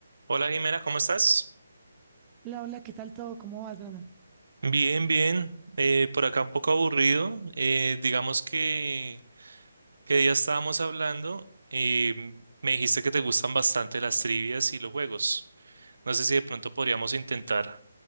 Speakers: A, on the right; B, on the right.
A: Hola Jimena, ¿cómo estás?
B: Hola, hola, ¿qué tal todo? ¿Cómo vas, Brandon?
A: Bien, bien. Eh, por acá un poco aburrido. Eh, digamos que, que ya estábamos hablando y me dijiste que te gustan bastante las trivias y los juegos. No sé si de pronto podríamos intentar